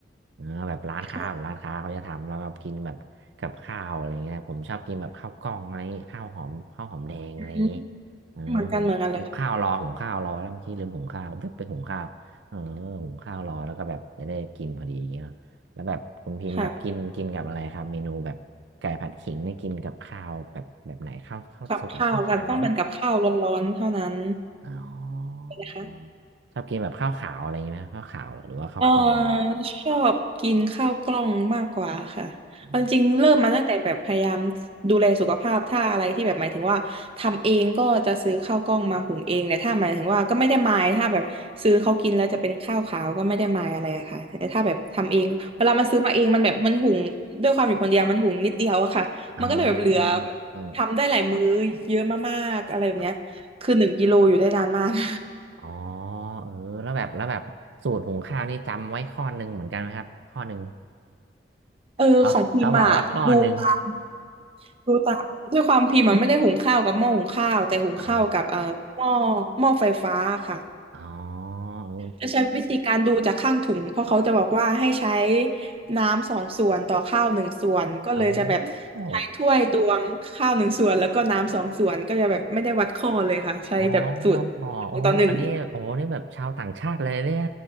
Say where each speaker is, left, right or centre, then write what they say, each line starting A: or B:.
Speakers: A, on the right; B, on the right.
A: เออแบบร้านค้าแบบร้านค้าเขาจะทำแล้วก็กินแบบกับข้าวอะไรเงี้ยผมชอบกินแบบข้าวกล้องอะไรเงี้ยข้าวหอมข้าวหอมแดงอะไรเงี้ย
B: ค่ะอืม
A: เออหุงหุงข้าวรอหุงข้าวรอแล้วเมื่อกี้ลืมหุงข้าวเพิ่งไปหุงข้าวเออหุงข้าวรอแล้วก็แบบจะได้กินพอดีอย่างเงี้ยเนอะแล้วแบบคุณพิมพ์แบบกินกินกับอะไรครับเมนูแบบไก่ผัดขิงนี่กินกับข้าวแบบแบบไหนข้าวข้าวสวยข้าวขาวไหม
B: เหมือนกันเหมือนกันเลยค่ะกับข้าวกันต้องเป็นกับข้าวร้อนๆเท่านั้น
A: อ๋อ
B: นะคะ
A: ชอบกินแบบข้าวขาวอะไรเงี้ยไหมข้าวขาวเหรอหรือว่าข้าวกล้องอะไรอย่างงี้
B: เออชอบกินข้าวกล้องมากกว่าค่ะเอาจริงๆเริ่มมาตั้งแต่แบบพยายาม
A: อื
B: ดูแลสุขภาพถ้าอะไรที่แบบหมายถึงว่าทำเองก็จะซื้อข้าวกล้องมาหุงเองแต่ถ้าหมายถึงว่าก็ไม่ได้มายถ้าแบบซื้อเขากินแล้วจะเป็นข้าวขาวก็ไม่ได้มายอะไรอะค่ะแต่ถ้าแบบทำเองเวลามันซื้อมาเองมันแบบมันหุงด้วยความอยู่คนเดียวมันหุงนิดเดียวอะค่ะมันก็เลยแบบเหลือแบบทำได้หลายมื้อเยอะมากๆอะไรแบบเนี้ยคือหนึ่งกิโลอยู่ได้นานมาก
A: ม อ๋ออืมอเอออ๋อา
B: <laughs>
A: อ๋อเออแล้วแบบแล้วแบบสูตรหุงข้าวนี่จำไว้ข้อหนึ่งเหมือนกันไหมครับข้อหนึ่ง
B: เออของพิมพ์อะดูตาม
A: เขาเขาบอกว่าข้อหนึ่ง
B: ดูตามด้วยความพิมพ์มันไม่ได้หุงข้าวกับหม้อหุงข้าวแต่หุงข้าวกับเอ่อหม้อ
A: <laughs> อ๋อ
B: หม้อไฟฟ้าค่ะ
A: อ๋อเออ
B: จะใช้วิธีการดูจากข้างถุงเพราะเขาจะบอกว่าให้ใช้น้ำสองส่วนต่อข้าวหนึ่งส่วนก็เลยจะแบบใช้ถ้วยตวงข้าวหนึ่งส่วนแล้วก็น้ำสองส่วนก็จะแบบไม่ได้วัดข้อเลยค่ะใช้แบบสูตรสองต่อหนึ่ง
A: อ๋ออ๋อโอ้อันนี้โอ้นี่แบบชาวต่างชาติเลยเนี่ย